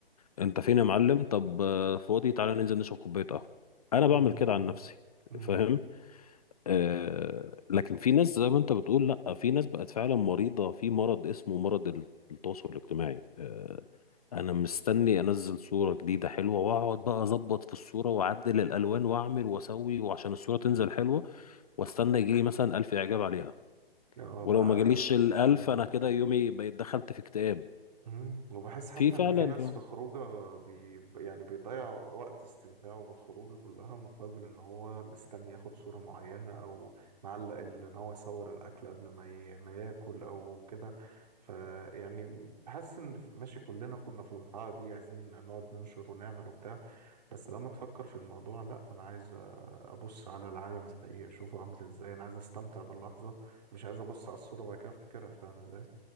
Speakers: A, on the left; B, on the right.
A: انت فين يا معلم طب آه، فاضي تعالى ننزل نشرب كوبايه قهوه انا بعمل
B: مم.
A: كده
B: مم.
A: عن نفسي
B: مم.
A: فاهم؟ آه، لكن في ناس زي ما انت بتقول لا في ناس بقت فعلا مريضة في مرض اسمه مرض التواصل الاجتماعي آه، انا مستني انزل صورة جديدة حلوة واقعد بقى اظبط في الصورة واعدل الالوان واعمل واسوي وعشان الصورة تنزل حلوة واستنى يجيلي مثلا الف اعجاب عليها
B: اه
A: ولو
B: بقى
A: ما جاليش الالف
B: آه.
A: انا كده يومي بقيت دخلت في اكتئاب
B: مم. وبحس حتى
A: في فعلا
B: إن في ناس
A: فعلاً.
B: في خروجه بي... يعني بيضيع وقت استمتاعه بالخروج كلها مقابل إن هو مستني ياخد صورة معينة أو معلق ال- إن هو يصور الأكل قبل ما ي... ما ياكل أو كده فيعني حاسس إن ماشي كلنا كنا في الحالة دي عايزين نقعد ننشر ونعمل وبتاع بس لما تفكر في الموضوع لا انا عايز ابص على العالم الحقيقي اشوفه عامل ازاي انا عايز استمتع باللحظه مش عايز ابص على الصوره وبعد كده افتكرها فاهم ازاي